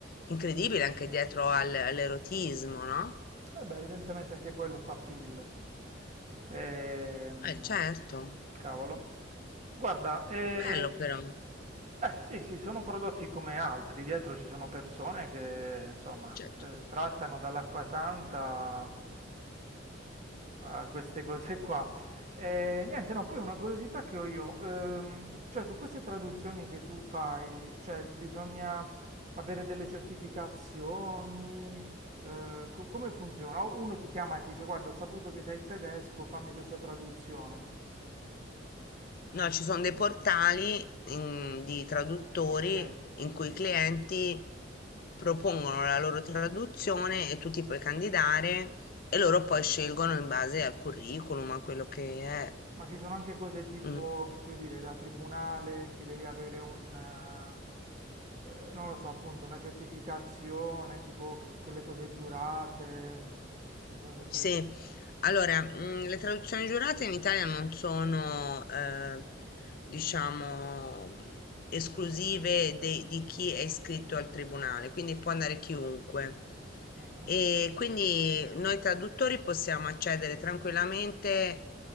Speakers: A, on the left; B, on the right.
A: incredibile anche dietro al- all'erotismo, no?
B: Eh beh, evidentemente anche quello fa PIL. Ehm,
A: Eh, certo,
B: cavolo. Guarda, eh,
A: bello però,
B: Beh, sì, sì, sono prodotti come altri. Dietro ci sono persone che, insomma,
A: cioè
B: eh, trattano dall'acqua santa a queste cose qua. E, niente, no, poi una curiosità che ho io, ehm, cioè su queste traduzioni che tu fai, cioè bisogna avere delle certificazioni, eh, co- come funziona? O Uno ti chiama e ti dice, guarda, ho saputo che sai il tedesco, fammi questa traduzione.
A: No, ci sono dei portali in- di traduttori
B: Ok,
A: in cui i clienti propongono la loro traduzione e tu ti puoi candidare e loro poi scelgono in base al curriculum, a quello che è.
B: Ma ci sono anche cose tipo,
A: Mm.
B: che ti devo dire, da tribunale, che devi avere un, eh, eh, non lo so, appunto, una certificazione, tipo che- quelle cose giurate, mi sono sempre
A: Sì,
B: chiesto.
A: allora, mm, le traduzioni giurate in Italia non sono, eh, diciamo, mm, esclusive de- di chi è iscritto al tribunale, quindi può andare chiunque.
B: Mhm.
A: E quindi noi traduttori possiamo accedere tranquillamente